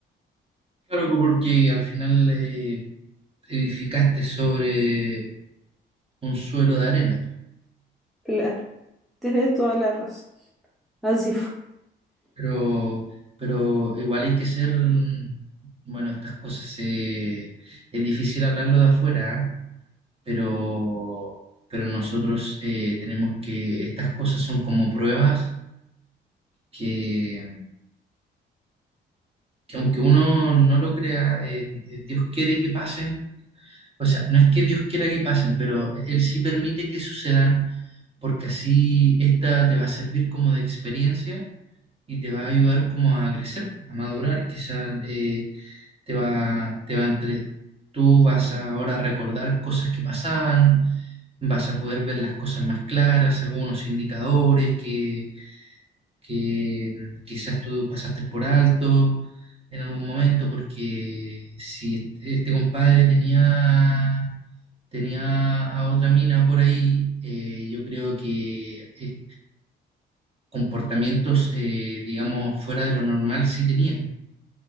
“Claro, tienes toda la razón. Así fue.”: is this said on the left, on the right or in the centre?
Centre